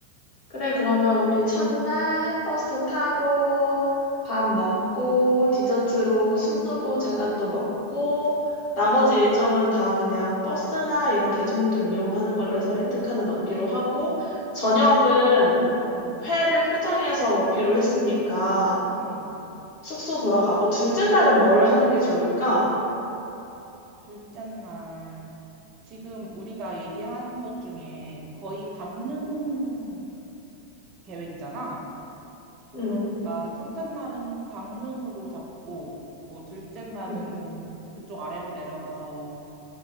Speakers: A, on the left (about 50°); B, on the right (about 35°).
A: 그래, 그러면 우리 첫날 버스 타고 밥 먹고 디저트로 순두부 젤라또 먹고 나머지 일정은 다 그냥 버스나 이런 대중교통 이용하는 걸로 해서 렌트카는 없기로 하고 저녁은
B: 응, 응,
A: 회를 포장해서 먹기로 했으니까
B: 응.
A: 숙소 돌아가고 둘째 날은 뭘 하는 게 좋을까?
B: 둘째 날. 지금 우리가 얘기한 것 중에 거의 강릉 계획이잖아.
A: 음,
B: 그러니까 첫째 날은 강릉으로 잡고, 뭐 둘째 날은
A: 음.
B: 그쪽 아래로 내려가서